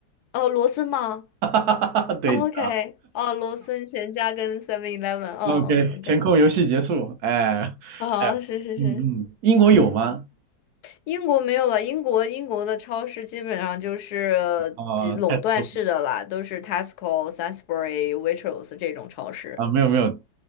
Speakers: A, on the left; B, on the right.
A: 哦，罗森吗
B: <laughs> 哈哈哈哈，对的。
A: 哦？OK，哦，罗森、全家跟 Seven Eleven，哦，OK，
B: OK，填空游戏结束。哎，
A: 哦，
B: 哎，
A: 是是是，
B: 嗯嗯，英国有吗？
A: 英国没有了，英国英国的超市基本上就是呃垄断式的啦，
B: 啊、太 s l
A: 都是 Tesco、Sainsbury、Waitrose 这种超市。
B: 啊，没有没有，